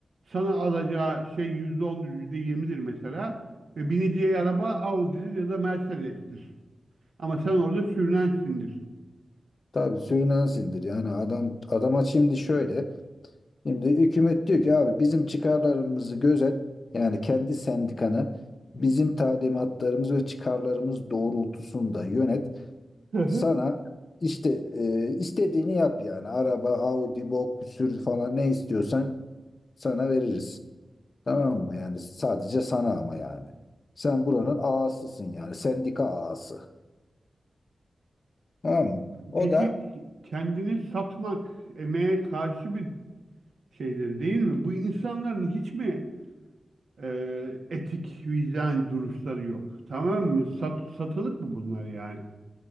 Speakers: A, on the right (about 70°); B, on the left (about 50°).
A: sana alacağı şey yüzde ondur, yüzde yirmidir mesela ve bineceği araba Audi'dir ya da Mercedes'tir. Ama sen orada sürünensindir.
B: tabii sürünen sindir. Yani adam adama şimdi şöyle Şimdi hükümet diyor ki abi bizim çıkarlarımızı gözet. Yani kendi sendikana bizim talimatlarımız ve çıkarlarımız doğrultusunda yönet.
A: <laughs>
B: Sana işte e, istediğini yap yani. Araba, Audi, bok, sür falan ne istiyorsan sana veririz. Tamam mı? Yani sadece sana ama yani. Sen buranın ağasısın yani. Sendika ağası. Tamam mı? O
A: Peki
B: da
A: kendini satmak emeğe karşı bir şeydir değil mi? Bu insanların hiç mi e, etik, vicdan duruşları yok? Tamam mı? Sat, satılık mı bunlar yani?